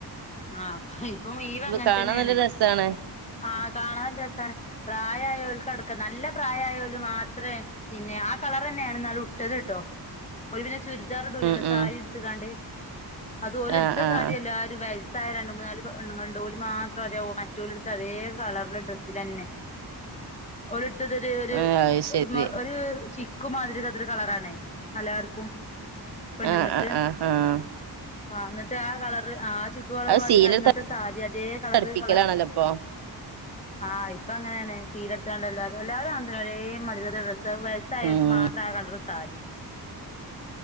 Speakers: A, on the left; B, on the right.
A: ആഹ് ഇപ്പൊ മുയ്വൻ അങ്ങൻതന്നെണ്
B: കാണാൻ നല്ല രസാണ്
A: ആഹ് കാണൻരസാണ് പ്രായയോൽക്കടക്കം നല്ല പ്രായയോല് മാത്രേ പിന്നെ ആ കളറെന്നേണ് ഇന്നാലുട്ടത്ട്ടോ ഒല് പിന്നെ ചുര് ദാറ്ടൂലല്ലോ
B: ഉം
A: സാരി
B: ഉം
A: ഇട്ത്ത്കാണ്ട് അത് ഓല്
B: ആഹ്
A: ഇടുത്ത
B: ആഹ്
A: സാരിയല്ലാരു വയസ് സ്സായ രണ്ട് മൂന്നാല് പെണ്ണ്ങ്ങള്ണ്ട്ല് ഓല് മാത്ര ഒരേ മറ്റോലിട്ത്താ അതേ കളറില് ഡ്രസ്സിലന്നെ ഓല്ട്ത്തത് ഒര് ഒര്
B: ആഹ് അത് ശരി
A: ഒരു മേ ഒരു ചിക് ക്കുമാതിരികത്തൊരു കളറണേ എല്ലാർക്കും പെണ്ണുങ്ങക്ക്
B: ആഹ് ആഹ് ആഹ് ആഹ്
A: ആ ന്നട്ട് ആ കളറ് ആ ചിക്കു കളർമതി
B: അത് സീലെടുത്ത്
A: അയ്ങ്ങത്തെ സാരി അതേ കളറ്
B: അടുപ്പിക്കലാണല്ലോ
A: കളർ
B: ഇപ്പൊ
A: ആഹ് ഇപ്പ അങ്ങനെണ് സീലട്ത്താണ്ട് എല്ലാരുംഎല്ലാരും അങ്ങൻതന്നെ ഒരേ മതിര്ത്തെ ഡ്രസ് സ്സ് വയസ്സായോൽക്
B: ഉം
A: മാത്രം ആ കളറ്സാരി